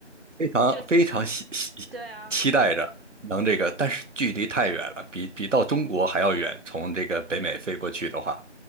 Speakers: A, on the right; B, on the right.
A: 非常非常希希
B: 你就对啊。
A: 期待着能这个，但是距离太远了，比比到中国还要远。从这个北美飞过去的话，